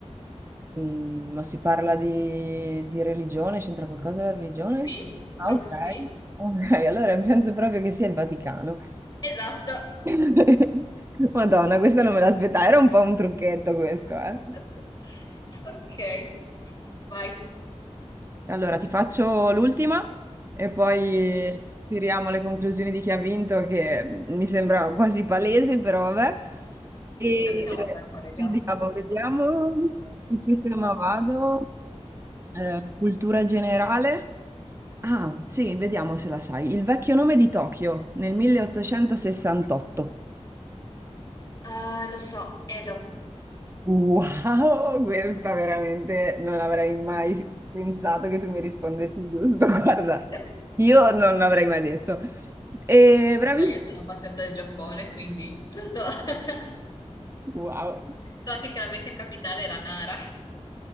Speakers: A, on the right; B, on the left.
A: mm, ma si parla di, di religione? C'entra qualcosa la religione?
B: Sì, purtroppo
A: Ah, ok.
B: sì.
A: Ok, allora penso proprio che sia il Vaticano.
B: Esatto.
A: <laughs> Madonna, questa non me l'aspettavo, era un po' un trucchetto questo, eh.
B: <laughs> Ok, vai.
A: Allora, ti faccio l'ultima e poi tiriamo le conclusioni di chi ha vinto, che mi sembra quasi palese, però vabbè. E
B: Mi sa che siamo per un paneggiato.
A: vediamo, vediamo su che tema vado. Eh, cultura generale. Ah, sì, vediamo se la sai. Il vecchio nome di Tokyo nel 1868.
B: Eh, lo so, Edo.
A: Wow, <laughs> questa veramente non avrei mai pensato che tu mi rispondessi giusto. <laughs> Guarda,
B: <laughs>
A: io non l'avrei mai detto. E bravissimo.
B: Ma io sono passata del Giappone, quindi lo so. <laughs>
A: Wow.
B: So anche che la vecchia capitale era Nara.